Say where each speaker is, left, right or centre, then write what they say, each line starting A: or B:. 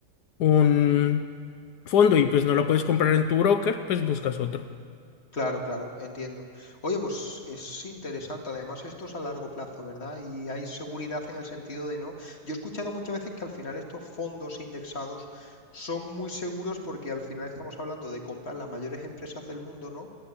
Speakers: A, on the left (about 85°); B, on the left (about 40°).
A: un fondo y pues no lo puedes comprar en tu broker, pues buscas otro.
B: Claro, claro, entiendo. Oye, pues es interesante. Además, esto es a largo plazo, ¿verdad? Y hay seguridad en el sentido de no. Yo he escuchado muchas veces que al final estos fondos indexados son muy seguros porque al final estamos hablando de comprar las mayores empresas del mundo, ¿no?